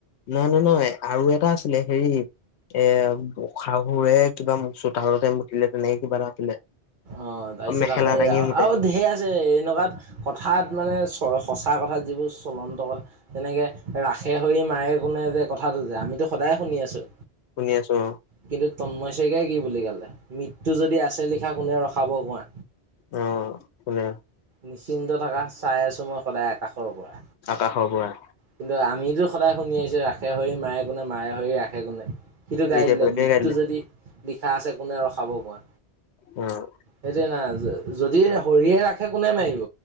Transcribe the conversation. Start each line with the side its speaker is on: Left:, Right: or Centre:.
Left: নহয় নহয় আৰু এটা আছিলে হেৰি এ উ শাহুৰে কিবা চোতলতে মুতিলে তেনেকে কিবা এটা আছিলে।
Right: অ তাৰপিছত
Left: মেখেলা
Right: আকৌ
Left: দাঙি
Right: এ আ
Left: মুতে
Right: আও ধেই আছে এনকাত কথাত মানে চ'ৰ সঁচা কথা যিবোৰ চলন্ত কথা তেনেকে ৰাসে হৰি মাৰে কোনে যে কথাটো যে আমিতো সদায় শুনি আছো
Left: শুনি আছো অ
Right: কিন্তু তন্ময় শইকীয়াই কি বুলি গালে মৃত্যু যদি আছে লিখা কোনে ৰখাব কোৱা
Left: অ কোনে
Right: নিশ্চিন্ত থকা চাই আছো মই সদায় আকাশৰ পৰা
Left: আকাশৰ পৰা
Right: কিন্তু আমিতো সদায় শুনি আহিছোঁ ৰাখে হৰি মাৰে কোনে মাৰে হৰি ৰাখে কোনে সিটো গাই
Left: এতিয়া
Right: দিলে
Left: বেলেগে
Right: মৃত্যু
Left: গাই দিলে
Right: যদি লিখা আছে কোনে ৰখাব কোৱা।
Left: উম।
Right: সেইটোয়ে না যদি হৰিয়ে ৰাখে কোনে মাৰিব